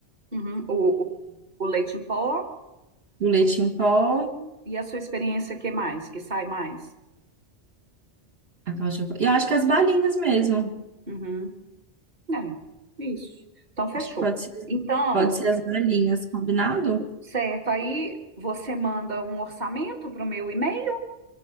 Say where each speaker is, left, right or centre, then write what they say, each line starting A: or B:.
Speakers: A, on the right (about 40°); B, on the right (about 60°).
A: Uhum, O, o, o leite em pó
B: o leite em pó,
A: e a sua experiência, que mais? Que sai mais?
B: a calda de chocolate. E eu acho que as balinhas mesmo.
A: Uhum. É, isso. Então, fechou.
B: Acho que pode ser,
A: Então,
B: pode ser as balinhas, combinado?
A: certo. Aí você manda um orçamento para o meu e-mail?